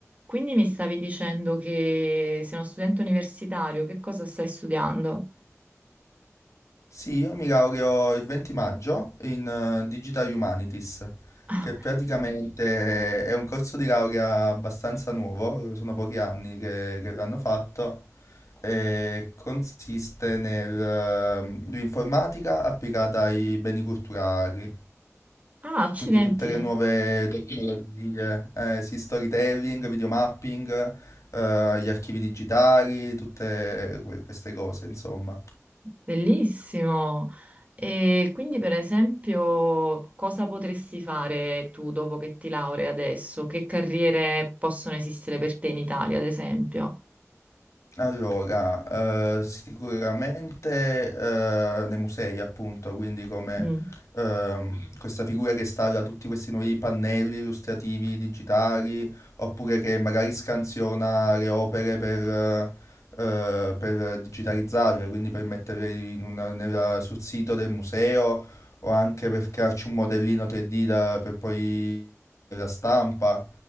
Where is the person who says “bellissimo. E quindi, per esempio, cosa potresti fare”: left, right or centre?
Right